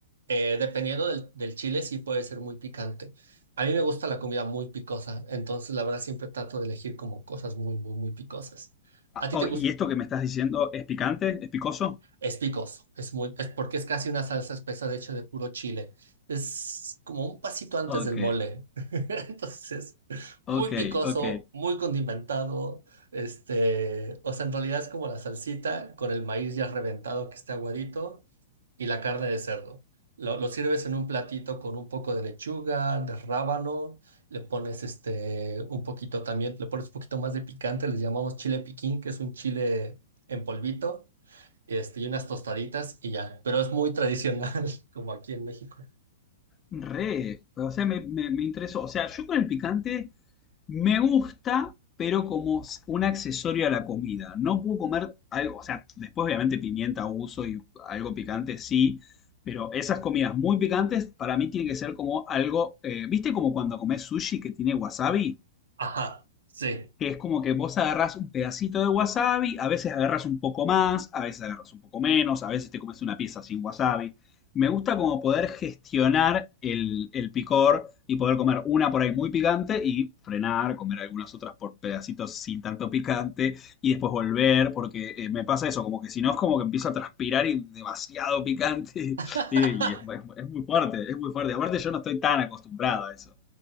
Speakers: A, on the right (about 85°); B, on the left (about 25°).
A: eh, dependiendo del, del chile, sí puede ser muy picante. A mí me gusta la comida muy picosa, entonces la verdad siempre trato de elegir como cosas muy, muy, muy picosas.
B: Ah,
A: ¿A ti
B: oh,
A: te gusta?
B: ¿y esto que me estás diciendo es picante? ¿Es picoso?
A: Es picoso, es muy, es porque es casi una salsa espesa de hecho de puro chile. Es como un pasito antes
B: Ok,
A: del mole. <laughs> Entonces, muy
B: ok,
A: picoso,
B: ok.
A: muy condimentado. Este, o sea, en realidad es como la salsita con el maíz ya reventado que está aguadito y la carne de cerdo. Lo, lo sirves en un platito con un poco de lechuga, de rábano, le pones este, un poquito también, le pones un poquito más de picante, le llamamos chile piquín, que es un chile en polvito este, y unas tostaditas y ya. Pero es muy tradicional, <laughs> como aquí en México.
B: Re, o sea, me, me- me interesó. O sea, yo con el picante me gusta, pero como s- un accesorio a la comida. No puedo comer algo, o sea, después obviamente pimienta uso y algo picante sí, pero esas comidas muy picantes para mí tienen que ser como algo, eh, ¿viste como cuando comes sushi que tiene wasabi?
A: Ajá, sí.
B: que es como que vos agarrás un pedacito de wasabi, a veces agarras un poco más, a veces agarras un poco menos, a veces te comes una pieza sin wasabi. Me gusta como poder gestionar el, el picor y poder comer una por ahí muy picante y frenar, comer algunas otras por pedacitos sin tanto picante y después volver, porque eh, me pasa eso, como que si no es como que empiezo a transpirar y demasiado picante
A: <laughs>
B: <laughs> y, y es, es- es muy fuerte, es muy fuerte. Aparte yo no estoy tan acostumbrado a eso.